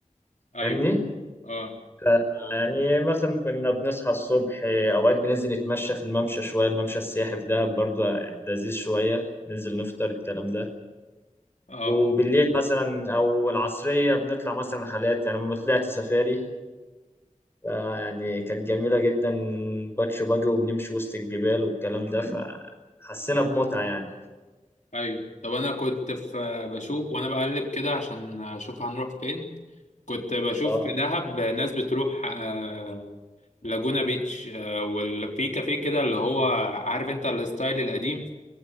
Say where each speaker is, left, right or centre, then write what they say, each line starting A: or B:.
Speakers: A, on the left; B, on the left.
A: ايوه
B: فاهمني؟
A: اه
B: ف- يعني مثلا كنا بنصحى الصبح أوقات بننزل نتمشى في الممشى شوية الممشى السياحي في دهب برضو يعني لذيذ شوية ننزل نفطر الكلام ده
A: اه
B: وبالليل مثلا أو العصرية بنطلع مثلا رحلات يعني لما طلعت سفاري ف- يعني كانت جميلة جدا باتش باجي وبنمشي وسط الجبال والكلام ده فحسينا بمتعة يعني
A: ايوه طب انا كنت في بشوف وانا بقلب كده عشان اشوف هنروح فين كنت بشوف
B: اه
A: في دهب ناس بتروح آه، لاجونا بيتش آه، وفي كافيه كده اللي هو عارف انت الستايل القديم